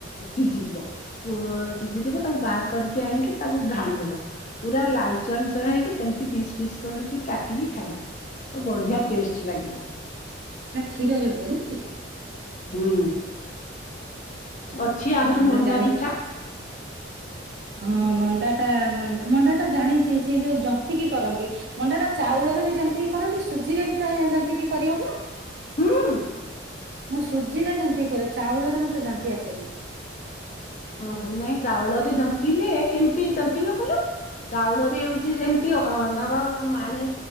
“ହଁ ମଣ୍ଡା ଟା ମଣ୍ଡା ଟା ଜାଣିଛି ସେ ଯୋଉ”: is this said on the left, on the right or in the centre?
Right